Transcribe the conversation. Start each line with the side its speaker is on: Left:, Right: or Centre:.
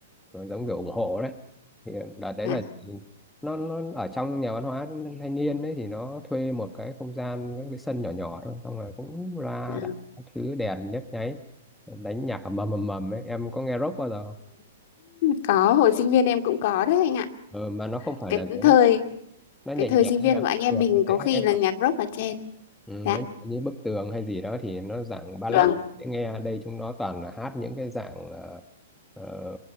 Centre: nó giống kiểu ủng hộ đấy thì đợt đấy
Left: Dạ.
Centre: là nó nó ở trong nhà văn hóa thanh niên đấy thì nó thuê một cái không gian cái, cái sân nhỏ nhỏ thôi xong rồi cũng ra
Left: À,
Centre: đặt các thứ đèn nhấp nháy đánh nhạc mầm mầm mầm ấy em có nghe rock bao giờ không?
Left: có hồi sinh viên em cũng có đấy anh ạ.
Centre: ừ, mà nó không phải
Left: Cái
Centre: là giống
Left: thời
Centre: nó nhẹ
Left: cái thời
Centre: nhàng
Left: sinh
Centre: hay
Left: viên
Centre: là
Left: của anh
Centre: bức
Left: em
Centre: tường
Left: mình
Centre: thì
Left: có
Centre: dễ
Left: khi
Centre: nghe
Left: là nhạc rock ở trên.
Centre: ừ,
Left: Dạ.
Centre: nó như bức tường hay gì đó thì nó dạng ballad
Left: Vâng.
Centre: dễ nghe đây chúng nó toàn là hát những cái dạng ờ, ờ,